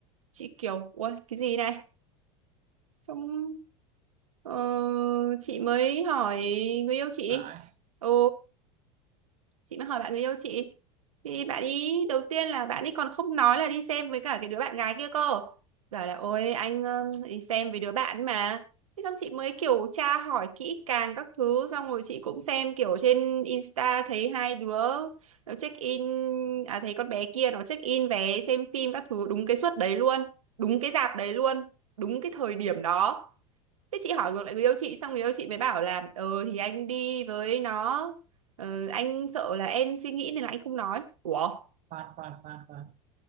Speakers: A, on the right; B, on the right.
A: Chị kiểu ui cái gì này? Xong Ờ, chị mới hỏi người yêu chị.
B: vãi
A: Ừ chị mới hỏi bạn người yêu chị thì bạn ý đầu tiên là bạn ấy còn không nói là đi xem với cả cái đứa bạn gái kia cơ bảo là ôi anh ờ, đi xem với đứa bạn mà thế xong chị mới kiểu tra hỏi kỹ càng các thứ xong rồi chị cũng xem kiểu trên Insta thấy hai đứa nó check in à thấy con bé kia nó check in vé xem phim các thứ đúng cái suất đấy luôn đúng cái rạp đấy luôn đúng cái thời điểm đó thế chị hỏi ngược lại người yêu chị xong người yêu chị mới bảo là ờ thì anh đi với nó ờ, anh sợ là em suy nghĩ nên là anh không nói ủa
B: khoan khoan khoan khoan